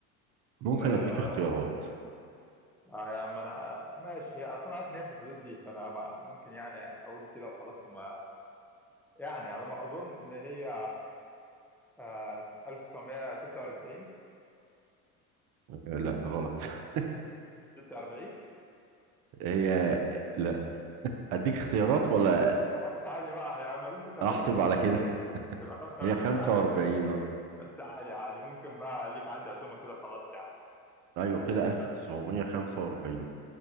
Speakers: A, on the right; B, in the centre.
A: ممكن
B: هي آه،
A: اديك اختيارات
B: هي- ما أنا ماشي هي أصلا عارف إن هي في الحدود دي فأنا ما- ممكن يعني أقول كده وخلاص وما يعني على ما أظن إن هي آه، 1946
A: آه، لا غلط <laughs>
B: 46
A: هي لا اديك اختيارات ولا
B: خلاص عادي بقى يعني ما دام 46
A: احسب
B: مش 45
A: على كده <laughs>
B: تبقى 45
A: هي 45
B: بس عادي
A: اه
B: بس عادي عادي ممكن بقى ليك عندي عزومه كده خلاص يعني
A: ايوه
B: ممكن
A: كده 1945